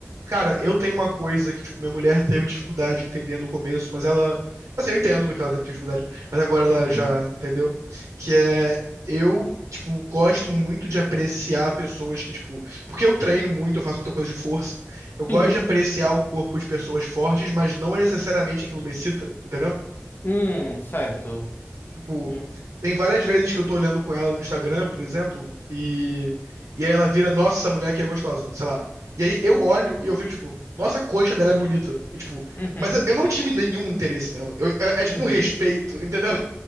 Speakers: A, on the right (about 80°); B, on the left (about 40°).
A: Cara, eu tenho uma coisa que, tipo, minha mulher teve dificuldade entendendo no começo, mas ela. Assim, eu entendo porque ela teve dificuldade, mas agora ela
B: Uhum.
A: já entendeu. Que é. Eu, tipo, gosto muito de apreciar pessoas que, tipo. Porque eu treino muito, eu faço muita coisa de força. Eu gosto
B: Sim.
A: de apreciar o corpo de pessoas fortes, mas não necessariamente aquilo me excita, entendeu?
B: Hum, certo.
A: Tipo,
B: Hum.
A: tem várias vezes que eu tô olhando com ela no Instagram, por exemplo, e, e aí ela vira, nossa, essa mulher aqui é gostosa, sei lá. E aí eu olho e eu viro, tipo, nossa, a coxa dela é bonita. E, tipo,
B: Uhum.
A: mas eu, eu não tive nenhum interesse nela. Eu- é, é tipo
B: Uhum.
A: um respeito, <laughs> entendeu?